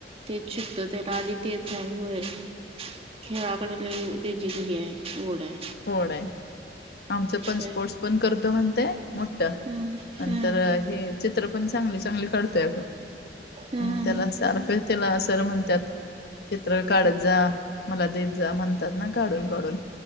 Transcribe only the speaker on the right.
शिकतो त्याला आधी ते साहेब वर खेळाकडे लई त्याची घही आहे. ओढ हाय.
ते
हम्म हम्म
हम्म